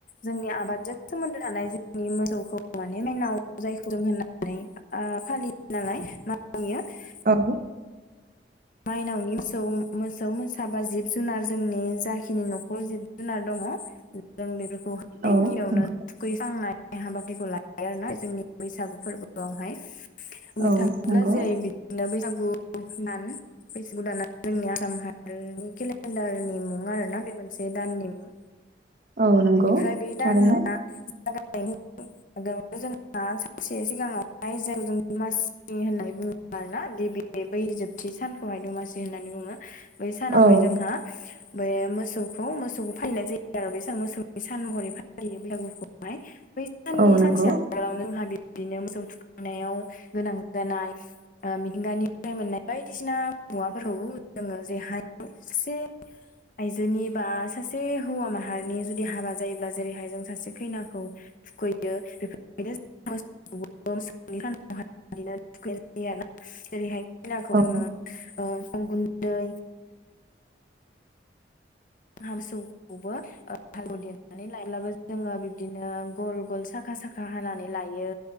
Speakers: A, on the left; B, on the right.
A: जोंनि आबादजों सोमोन्दो थानाय जोंनि मोसौखौ माने मेनाव जायखौ होननानै ओ फालियो नालाय <unintelligible>
B: अ
A: माइनावनि मोसौ मोसौ मोसाबा जिब जुनार जोंनि जाखिनि न'खर जिब जुनार दङ जों बेफोरखौहाय
B: औ
A: गिबियावनो
B: औ
A: थुखैखांनाय हाबाफारिखौ लायो आरोना जोंनि बैसागु फोरबोआवहाय बुंनो
B: औ
A: थाङोब्ला
B: नंगौ
A: जेरै बिदिनो बैसागु दान बैसागु दान जोंनि आसाम हारिनि केलेन्डारनि मुं आरो ना बे मोनसे दाननि मुं
B: <inaudible> नंगौ
A: बेनिफ्राय बे
B: थारैनो
A: दाना जनायनि जोंहा सानसे सिगाङावहाय जों जों मानसि होननाय बुङो आरोना बे बे बै जोबथि सानखौहाय दमासि होननानै बुङो बै सानावहाय
B: औ
A: जोंहा बे मोसौखौ मोसौखौ फालिनाय जायो आरो बे मोसौनि सान महरै फालियो बैसागुखौहाय।
B: <inaudible>
A: साननै
B: नंगौ
A: सानसे आगोलाव जोंहा बिदिनो मोसौ थुखैनायाव गोनां जानाय ओ मिथिंगानिफ्राय मोननाय बायदिसिना मुवाफोरखौ जोङो जेरैहाय सासे आइजोनि बा सासे हौवा माहारिनि जुदि हाबा जायोब्ला जेरैहाय जों सासे खैनाखौ थुखैयो बेफोरबायनो <unintelligible> <unintelligible> थुखैनाय जायो ना जेरैहाय खैनाखौ
B: औ
A: जोङो अन गुन्दै हामसौखौबो ओ हालौ देनानै लायब्लाबो जोङो बिबदिनो गल गल साखा साखा हानानै लायो